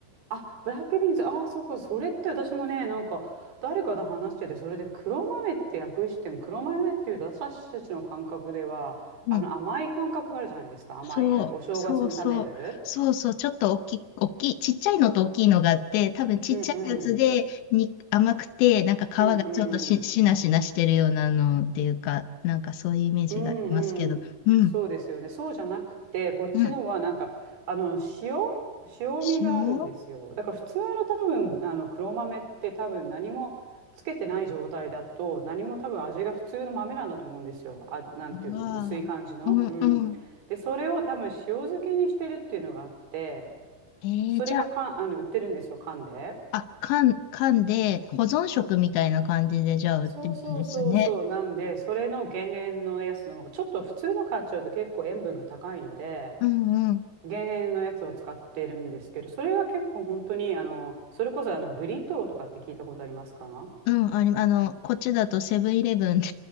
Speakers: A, on the right (about 60°); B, on the left (about 90°).
A: あ、ブラックビーンズ、ああ、そうか、それって私もね、なんか、誰かと話してて、それで黒豆って訳しても、黒豆っていうと私たちの感覚では、
B: うん
A: あの、甘い感覚があるじゃないですか、甘い、
B: そう、
A: なんかお正月に食べる。
B: そうそう、そうそう、ちょっと大きい、大きい、ちっちゃいのと大きいのがあって、多分ちっちゃいやつでに甘くて、
A: うんうん。
B: なんか皮がちょっとし、
A: うんうん。
B: しなしなしてるようなのっていうか、なんかそういうイメージがありますけど、
A: うんうん、
B: うん、
A: そうですよね。そうじゃなくて、こっちのはなんか、
B: うん、
A: あの、塩、塩味があるんですよ。
B: 塩わ
A: だから普通の多分、あの、黒豆って多分何もつけてない状態だと、何も多分味が普通の豆なんだと思うんですよ。あ、なんていうの、
B: あ、
A: 薄い感じの。
B: うん、
A: うん。
B: うん。
A: で、それを多分塩漬けにしてるっていうのがあって、
B: えー、
A: それがか、
B: じゃあ、
A: あの、売ってるんですよ、缶で。
B: あ、缶、缶で保存食みたいな感じで、じゃあ売ってるんですね。
A: そうそうそうそう。なんで、それの減塩のやつの方が、ちょっと普通の買っちゃうと結構塩分が高いので、
B: うん、うん。
A: 減塩のやつを使ってるんですけど、それが結構本当に、あの、それこそあの、ブリトーとかって聞いたことありますか
B: うん、あり、あの、こっちだとセブンイレブンで